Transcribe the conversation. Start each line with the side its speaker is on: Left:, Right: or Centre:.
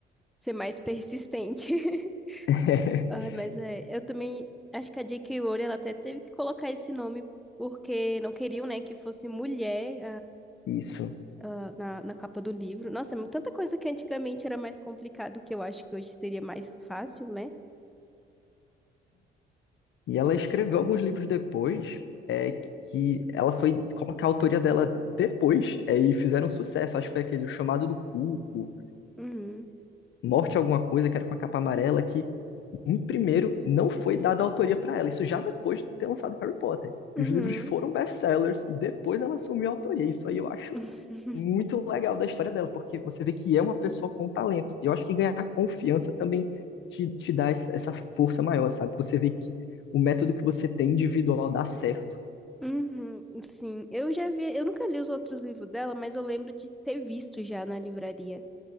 Centre: ser mais persistente. <laughs>
Left: <laughs>
Centre: Ai, mas é, eu também acho que a J.K. Rowling, ela até teve que colocar esse nome porque não queriam, né, que fosse mulher
Left: Isso.
Centre: ah, na, na capa do livro. Nossa, é tanta coisa que antigamente era mais complicado que eu acho que hoje seria mais fácil, né?
Left: E ela escreveu alguns livros depois, é, que ela foi colocar a autoria dela depois, é, e fizeram sucesso. Acho que foi aquele O Chamado do Cuco,
Centre: Uhum.
Left: Morte Alguma Coisa, que era com a capa amarela, que em primeiro não foi dada a autoria para ela. Isso já depois de ter lançado Harry Potter.
Centre: Uhum.
Left: E os livros foram best-sellers, e depois ela assumiu a autoria. Isso aí eu acho
Centre: <laughs>
Left: muito legal da história dela, porque você vê que é uma pessoa com talento. E eu acho que ganhar confiança também te, te dá essa essa força maior, sabe? Você vê que o método que você tem individual dá certo.
Centre: Uhum, sim, eu já vi, eu nunca li os outros livros dela, mas eu lembro de ter visto já na livraria.